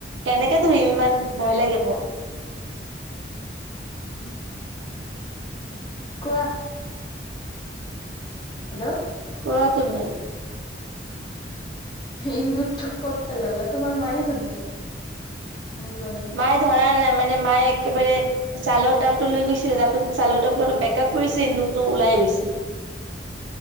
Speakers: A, on the right (about 85°); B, on the left (about 25°).
A: কেনেকে ধৰিলে ইমান ভয় লাগে মোৰ।
B: অ' কোৱা। হেল্ল'।
A: কোৱা তুমি?
B: ইন্দুতটো ক'ত পেলালা তোমাৰ মায়ে ধৰিছে। নিগনি
A: মায়ে ধৰা নাই মানে মায়ে একেবাৰে চাউলৰ দামটো লৈ গৈছিলে। তাৰপাছত চাউল একদম অলপ বেকআপ কৰিছে ইন্দুতটো ওলাই গৈছে